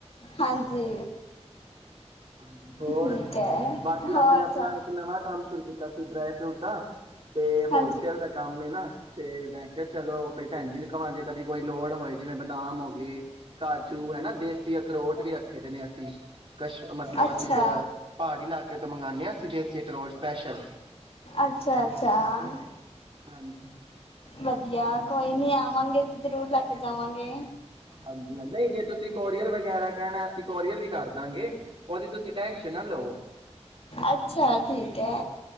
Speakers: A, on the left (about 60°); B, on the right (about 45°).
A: ਹਾਂਜੀ
B: ਹੂੰ, ਹੋਰ
A: ਠੀਕ ਹੈ
B: ਬਾਕੀ
A: ਹੋਰ
B: ਅਸੀਂ ਆਪਣਾ
A: ਸਭ
B: ਇੱਕ ਨਵਾਂ ਕੰਮ ਸ਼ੁਰੂ ਕੀਤਾ। ਸੀ ਡਰਾਈ ਫਰੂਟ ਦਾ- ਤੇ
A: ਹਾਂਜੀ
B: ਹੋਲਸੇਲ ਦਾ ਕੰਮ ਐ ਨਾ ਤੇ ਮੈਂ ਕਿਹਾ- ਚਲੋ- ਭੈਣਜੀ ਨੀ ਕਵਾਂ ਦੇ ਕਦੀ ਕੋਈ ਲੋੜ ਹੋਏ। ਜਿਵੇਂ ਬਦਾਮ ਹੋ ਗਏ ਕਾਜੂ ਹੈਨਾ। ਦੇਸੀ ਅਖਰੋਟ ਵੀ ਰੱਖੇ ਦੇ ਨੇ ਅਸੀਂ। ਕਸ਼ਮੀ ਮਤਲਬ
A: ਅੱਛਾ
B: ਅਸੀਂ ਤੇ ਪਹਾੜੀ ਇਲਾਕੇ ਤੋਂ ਮੰਗਵਾਂਦੇ ਹਾਂ ਅਸੀਂ ਤੇ ਇਕ ਰੋਡ ਸਪੈਸ਼ਲ
A: ਅੱਛਾ -ਅੱਛਾ ਆਂ।
B: ਹਾਂਜੀ
A: ਵਧੀਆ ਕੋਈ ਨੀ ਆਵਾਂਗੇ ਜ਼ਰੂਰ ਲੈ ਕੇ ਜਾਵਾਂਗੇ।
B: ਹਾਂਜੀ ਹਾਂ ਨਹੀਂ ਜੇ ਤੁਸੀਂ ਕੋਰੀਅਰ ਵਗੈਰਾ ਕਹਿਣਾ ਅਸੀਂ ਕੋਰੀਅਰ ਵੀ ਕਰਦਾਂਗੇ ਉਹਦੀ ਤੁਸੀਂ ਟੈਂਸ਼ਨ ਨਾ ਲੋ।
A: ਅੱਛਾ ਠੀਕ ਐ।